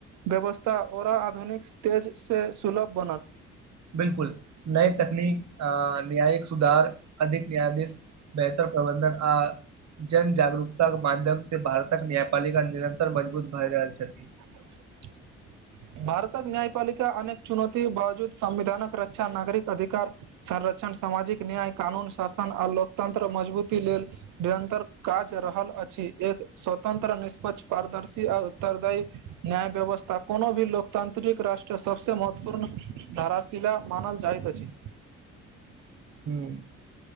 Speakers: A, on the right; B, on the right.
A: व्यवस्था ओओर आधुनिक स्टेजसँ सुलभ बनत
B: बिल्कुल नय तकनीक अऽ न्याय सुधार अधिक न्यायाधीश बेहतर प्रबन्धन आ जन जागरूकता के माध्यम से भारतक न्यायपालिका निरन्तर मजबूत भए रहल छथिन
A: <unintelligible> भारतक न्यायपालिका अनेक चुनौती बावजूद संविधानक रक्षा नागरिक अधिकार संरक्षण सामाजिक न्याय कानून शासन आ लोकतंत्र मजबूती लेल निरन्तर काज रहल अछि एक स्वतंत्र निष्पक्ष पारदर्शी आ उत्तरदायी न्याय व्यवस्था कोनो भी लोक तांत्रिक राष्ट्र सभसँ महत्वपूर्ण धाराशिला मानल जाइत अछि
B: ह